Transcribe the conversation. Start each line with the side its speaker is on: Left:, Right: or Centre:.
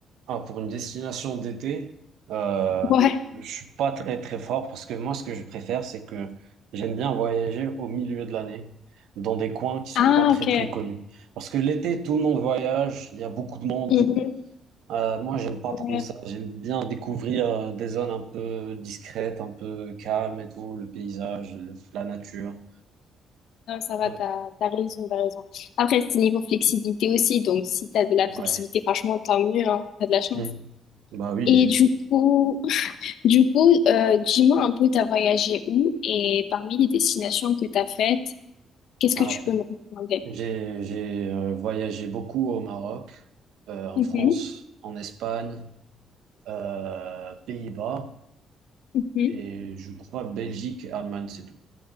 Right: Ah, pour une destination d'été, euh,
Left: Ouais.
Right: je suis pas très très fort parce que moi ce que je préfère c'est que j'aime bien voyager au milieu de l'année dans des coins qui sont
Left: Ah,
Right: pas très
Left: ok.
Right: très connus. Parce que l'été tout le monde voyage, il y a beaucoup de monde.
Left: Mhm,
Right: Euh, moi j'aime pas trop
Left: ouais.
Right: ça. J'aime bien découvrir euh, des zones un peu discrètes, un peu calmes et tout, le paysage, le- la nature.
Left: Non, ça va,
Right: Ouais.
Left: t'as, t'as raison, t'as raison. Après, c'est niveau flexibilité aussi, donc si t'as de la
Right: Ouais.
Left: flexibilité, franchement, tant mieux, hein, t'as de la chance.
Right: Mhm. Bah oui.
Left: Et du coup, Du coup, euh, dis-moi un peu, t'as voyagé où et parmi les destinations que t'as faites, qu'est-ce
Right: Alors,
Left: que tu peux me recommander?
Right: j'ai j'ai, euh, voyagé beaucoup au Maroc, euh, en
Left: Mhm,
Right: France, en Espagne, euh, Pays-Bas
Left: mhm.
Right: et je crois Belgique, Allemagne, c'est tout